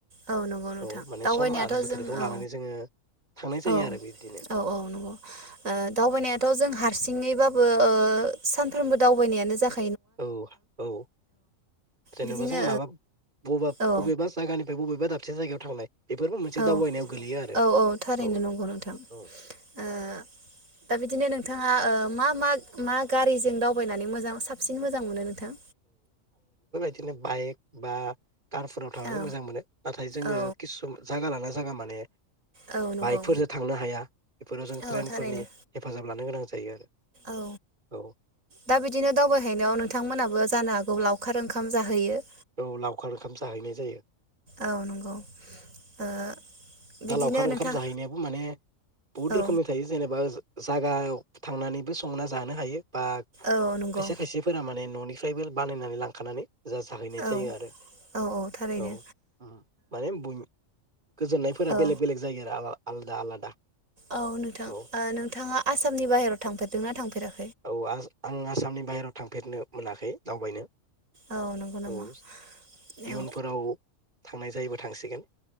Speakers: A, on the right (about 80°); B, on the right (about 35°).
A: औ नंगौ नोंथां
B: औ माने
A: दावबायनायाथ'
B: सम आरो बोथोरखौ
A: जों
B: लानानै
A: औ।
B: जोङो थांनाय जायो
A: औ
B: आरो बिब्दिनो
A: औ औ ओ दावबायनायाथ जों हारसिङैबाबो ओ सानफ्रोमबो दावबायनायानो जाख
B: औ औ जेनबा
A: बिदिनो
B: जों माबा बबबा
A: ओ
B: बबेबा जायगानिफ्राय बबेबा दाब से जायगायाव थांनाय बेफोरबो मोनसे
A: औ
B: दावबायनायाव गोलैयो आरो
A: औ थारैनो
B: औ
A: नंगौ नोंथां
B: औ।
A: ओ दा बिदिनो नोंथाङा ओ मा मा मा गारिजों दावबायनानै मोजां साबसिन मोजां मोनो। नोंथां
B: बिदिनो बाइक बा कारफोराव थांनानै
A: औ
B: मोजां मोनो नाथाय जोङो
A: औ
B: किसुम जागा लाना जागा माने
A: औ नंगौ
B: बाइकफोरजों थांनो हाया बेफोराव जों
A: औ
B: ट्रेनफोरनि
A: थारैनो
B: हेफाजाब लानो गोनां जायो आरो।
A: औ
B: औ
A: दा बिदिनो दावबायहैनायाव नोंथांमोनहाबो जानो हाग गौ लावखार ओंखाम जाहैयो।
B: औ लावखार ओंखाम जाहैनाय जायो।
A: औ नंगौ ओ बिदिनो
B: दा लावखार ओंखाम
A: नोंथां
B: जाहैनायाब माने बहुत
A: औ
B: रोखोमनि थायो जेनेबा ओ जायागायाव थांनानैबो संना जानो हायो। बा
A: औ नंगौ
B: खायसे खायसेफोरा माने न'नि ट्राइबेल बानायनानै लांखानानै जाजाहैनाय
A: औ
B: जायो आरो
A: औ थारैनो
B: औ उम माने बुम गोजोननाय फोरा
A: ओ
B: बेलेग बेलेग जायो आरो आलो-आलादा आलादा।
A: औ नोंथां
B: औ
A: ओ नोंथाङा आसामनि बाहेरायाव थांफेरदों ना थांफेरा
B: औ आस आ आं आसामनि बाहेरायाव थांफेरनो मोनाखै दावबायनो
A: औ नंगौ नामा
B: औ इयुनफोराव
A: औ
B: थांनाय जायोबा थांसिगोन